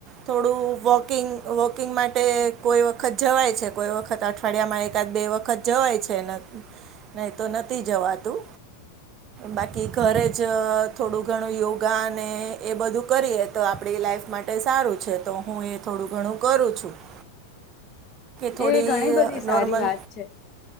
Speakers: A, on the right; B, on the left.
A: થોડું વોકિંગ વોકિંગ માટે કોઈ વખત જવાય છે કોઈ વખત અઠવાડિયામાં એકાદ બે વખત જવાય છે નહી તો નથી જવાતું. બાકી ઘરે જ અ થોડું ઘણું યોગ ગાને એ બધું કરીએ તો આપણી લાઈફ માટે સારું છે. તો હું એ થોડું ઘણું કરું છું. <inaudible> થોડી
B: એ ઘણી બધી
A: નોર્મલ
B: સારી વાત છે.